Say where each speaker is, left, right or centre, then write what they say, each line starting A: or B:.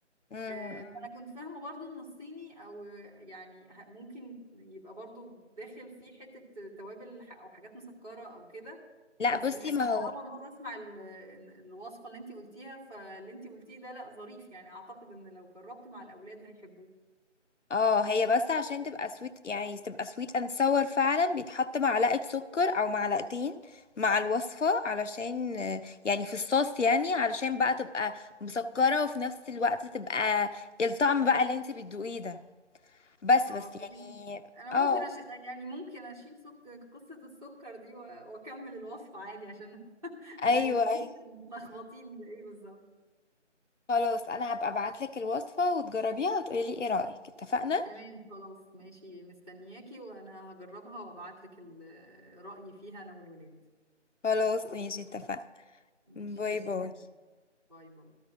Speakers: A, on the left (about 75°); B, on the right (about 30°).
A: امم
B: آه،
A: إمم.
B: فانا كنت فاهمه برضو ان الصيني او يعني ه- ممكن يبقى برضو داخل فيه حته توابل ح- او حاجات مسكره او كده
A: لا
B: بس
A: بصي
B: الحقيقه
A: ما هو
B: اول <laughs> مره اسمع ال- إن الوصفه اللي انت قلتيها فاللي انت قلتيه ده لا ظريف يعني اعتقد ان لو جربت مع الاولاد هيحبوه
A: اه هي بس عشان تبقى سويت يعني تبقى سويت اند sour فعلا بيتحط معلقة سكر او معلقتين مع الوصفة علشان آه، يعني في الصوص يعني علشان بقى تبقى مسكرة وفي نفس الوقت تبقى الطعم بقى اللي انت بتدوقيه ده بس
B: اه
A: بس يعني
B: تمام انا
A: اه
B: ممكن أش... يعني ممكن اشيل سك... قصه السكر دي و... واكمل الوصفه عادي عشان <laughs> ما
A: ايوه
B: يبقوش
A: ايوه
B: متلخبطين بايه بالظبط
A: خلاص انا هبقى ابعتلك الوصفة وتجربيها وتقولي لي ايه رأيك اتفقنا
B: تمام خلاص ماشي مستنياكي وانا هجربها وابعتلك ال- رأيي فيها انا والولاد
A: خلاص ماشي اتفقنا
B: ماشي
A: باي
B: تمام
A: باي
B: يا رب. باي باي